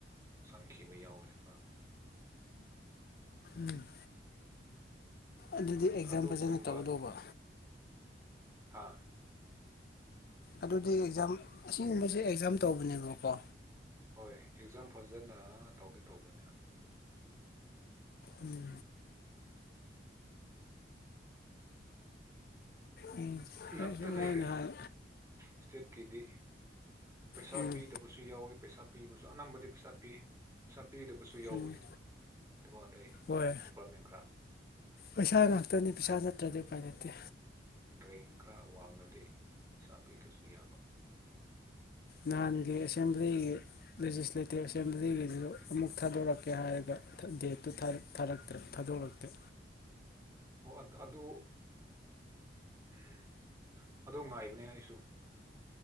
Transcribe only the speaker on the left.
ꯎꯝ ꯑꯗꯨꯗꯤ ꯑꯦꯛꯖꯥꯝ
ꯐꯖꯅ ꯇꯧꯗꯧꯕ
ꯑꯗꯨꯗꯤ ꯑꯦꯛꯖꯥꯝ ꯑꯁꯤꯒꯨꯝꯕꯁꯤ ꯑꯦꯛꯖꯥꯝ ꯇꯧꯕꯅꯦꯕꯀꯣ
ꯎꯝ ꯎꯝ ꯑꯩꯁꯨ
ꯃꯣꯏꯅ
ꯍꯥꯟ
ꯎꯝ
ꯎꯝ
ꯍꯣꯏ
ꯄꯩꯁꯥ ꯉꯥꯛꯇꯅꯤ ꯄꯩꯁꯥ ꯅꯠꯇ꯭ꯔꯗꯤ ꯎꯄꯥꯏ ꯂꯩꯇꯦ
ꯅꯍꯥꯟꯒꯤ ꯑꯦꯁꯦꯝꯕ꯭ꯂꯤꯒꯤ ꯂꯦꯖꯤꯁꯂꯦꯇꯤꯞ ꯑꯦꯁꯦꯝꯕ꯭ꯂꯤꯒꯤꯗꯨ ꯑꯃꯨꯛ ꯊꯥꯗꯣꯔꯛꯀꯦ ꯍꯥꯏꯔꯒ ꯗꯦꯠꯇꯨ ꯊꯥꯔꯛꯇ꯭ꯔꯦ ꯊꯥꯗꯣꯔꯛꯇ꯭ꯔꯦ